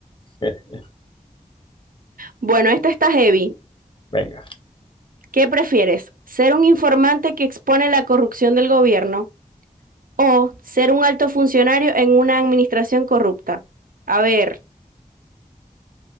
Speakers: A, on the left (about 35°); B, on the right (about 80°).
A: <laughs> Eh,
B: Bueno, esta está heavy.
A: Venga,
B: ¿Qué prefieres? ¿Ser un informante que expone la corrupción del gobierno o ser un alto funcionario en una administración corrupta? A ver.